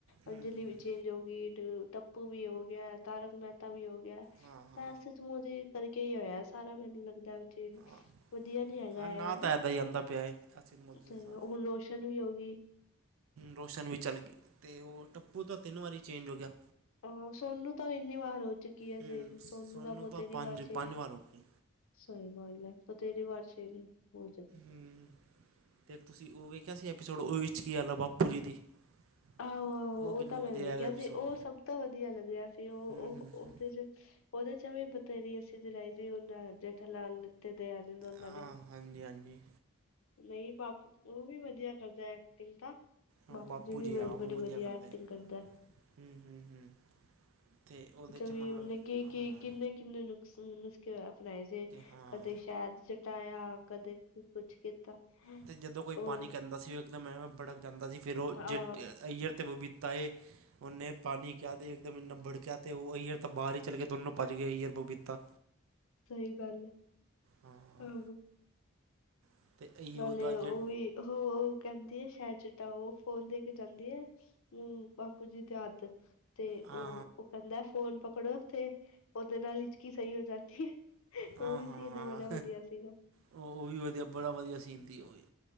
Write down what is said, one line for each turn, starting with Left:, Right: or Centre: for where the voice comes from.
Right: ਹੂੰ
Left: ਅੰਜਲੀ
Right: ਹੂੰ
Left: ਚੇਜ ਹੋਗੀ ਟੱਪੂ ਵੀ ਹੋ ਗਿਆ ਤਾਰਕ ਮਹਿਤਾ ਵੀ ਹੋ ਗਿਆ
Right: ਹਾਂ ਹਾਂ
Left: ਐਸੇ ਮੋਦੀ ਕਰਕੇ ਹੀ ਹੋਇਆ ਸਾਰਾ ਮੈਨੂੰ ਲੱਗਦਾ। ਹਰ ਚੀਜ
Right: ਹਾਂ
Left: ਵਧੀਆ ਨੀ ਹੈਗਾ
Right: ਹਾਂ
Left: ਹੈ।
Right: ਨਾ
Left: ਹਨਾ।
Right: ਤਾਂ ਇੱਦਾਂ ਹੀ ਆਉਂਦਾ ਪਿਆ ਹੈ ਅਸਿਤ ਮੋਦੀ
Left: ਤੇ
Right: ਦਾ
Left: ਹੁਣ ਰੋਸ਼ਨ ਵੀ ਹੋਗੀ।
Right: ਰੋਸ਼ਨ ਵੀ ਚੱਲ ਗਈ ਤੇ ਉਹ ਟੱਪੂ ਤਾਂ ਤਿੰਨ ਵਾਰੀ ਚੇਂਜ ਹੋ ਗਿਆ।
Left: ਆਹ ਸੋਨੂੰ ਤਾਂ ਇੰਨੀ ਵਾਰ ਹੋ ਚੁੱਕੀ ਹੈ
Right: ਹੂੰ
Left: ਸੇਲ, ਸੋਨੂੰ ਤਾਂ ਬਹੁਤ ਇੰਨੀ
Right: ਪੰਜ
Left: ਵਾਰ ਚੇਜ।
Right: ਪੰਜ ਵਾਰ ਹੋ ਗਈ
Left: ਸਹੀ ਗੱਲ ਹੈ। ਬਥੇਰੀ ਵਾਰ ਚੇਜ ਹੋਗੀ
Right: ਹੂੰ ਤੇ ਤੁਸੀਂ ਉਹ ਵੇਖਿਆ ਸੀ ਐਪੀਸੋਡ, ਉਹ ਵਿੱਚ ਕੀ ਆ-ਆ ਬਾਪੂ ਜੀ ਦੀ। <inaudible>
Left: ਆਹੋ ਆਹੋ ਉਹ ਤਾਂ
Right: ਵਧੀਆ
Left: ਮੈਂ ਵੇਖਿਆ
Right: ਹੈਗਾ ਐਪੀਸੋਡ
Left: ਸੀ। ਉਹ ਸਭ ਤੋਂ ਵਧੀਆ ਲੱਗਿਆ ਸੀ। ਉਹ
Right: ਹੂੰ
Left: ਉਹ,
Right: ਹੂੰ
Left: ਉਹਦੇ
Right: ਹੂੰ
Left: ਚ ਉਹਦੇ ਚ ਵੀ ਬਥੇਰੀ ਅਸੀਂ ਜਲਾਈ ਸੀ ਹੁੰਦਾ ਜੇਠਾ ਲਾਲ। ਤੇ ਦਾਇਆ ਨੇ, ਦੋਨਾਂ
Right: ਹਾਂ
Left: ਨੇ।
Right: ਹਾਂਜੀ ਹਾਂਜੀ
Left: ਨਹੀਂ, ਬਾਪੂ ਉਹ ਵੀ ਵਧੀਆ ਕਰਦਾ ਐਕਟਿੰਗ ਤਾਂ।
Right: ਉਹ
Left: ਬਾਪੂ ਦੀ ਵੀ
Right: ਜੀ
Left: ਬ
Right: ਹਾਂ ਉਹ
Left: ਬੜੀ ਵਧੀਆ
Right: ਕਰਦੇ
Left: ਐਕਟਿਂਗ ਕਰਦਾ।
Right: ਹੂੰ ਹੂੰ ਹੂੰ ਤੇ ਉਹਦੇ 'ਚ
Left: ਵੀ
Right: ਮਤਲਬ
Left: ਉਹਨੇ ਕੀ ਕੀ
Right: ਹਾ।
Left: ਕਿੰਨੇ ਕਿੰਨੇ ਨੁਸ- ਨੁਸਖੇ ਅਪਣਾਏ ਸੀ।
Right: ਹਾਂ
Left: ਕਦੇ ਸ਼ਹਿਦ ਚਟਾਇਆ, ਕਦੇ ਕੁਛ ਕੀਤਾ। ਹੋਰ
Right: ਅਤੇ ਜਦੋਂ ਕੋਈ ਪਾਣੀ ਕਹਿੰਦਾ ਸੀ ਉਹ ਇੱਕਦਮ ਐਵੇ ਬੜਕ ਜਾਂਦਾ ਸੀ। ਫਿਰ ਉਹ
Left: ਆਹ
Right: ਜੇ ਅਈਅਰ ਤੇ ਬਬੀਤਾ ਏ। ਉਹਨੇ ਪਾਣੀ ਕਿਹਾ ਤੇ ਇਕਮ ਇੰਨਾ ਭੜਕਿਆ। ਤੇ ਉਹ ਈਅਰ ਤਾਂ ਬਾਹਰ ਹੀ ਚੱਲ ਗਿਆ ਦੋਨੋਂ ਭੱਜ ਗਏ। ਈਅਰ, ਬਬੀਤਾ।
Left: ਸਹੀ ਗੱਲ ਹੈ।
Right: ਹਾਂ
Left: ਆਹੋ।
Right: ਅਤੇ ਇਹੀ
Left: ਨਾਲੇ
Right: ਉਹਦਾ
Left: ਉਹ
Right: ਜੇ
Left: ਵੀ ਉਹ, ਉਹ ਕਹਿੰਦੀ ਹੈ ਸ਼ਹਿਦ ਚਿੱਟਾਓ। ਉਹ ਫੋਨ ਦੇ ਕੇ ਜਾਂਦੀ ਹੈ। ਹੂੰ। ਬਾਪੂ ਜੀ ਦੀ ਆਦਤ ਤੇ
Right: ਹਾਂ
Left: ਉਹ, ਉਹ ਕਹਿੰਦਾ ਫੋਨ ਪਕੜੋ। ਤੇ ਓਦੇ ਨਾਲ ਹਿਚਕੀ ਸਹੀ ਹੋ ਜਾਂਦੀ ਹੈ।
Right: ਹਾਂ
Left: ਉਹ ਵੀ
Right: ਹਾਂ
Left: ਸੀਨ
Right: ਹਾਂ
Left: ਬੜਾ ਵਧੀਆ ਸੀਗਾ।
Right: ਉਹ ਉਹ ਵੀ ਵਧੀਆ ਬੜਾ ਵਧੀਆ ਸੀਨ ਸੀ। ਉਹ ਵੀ।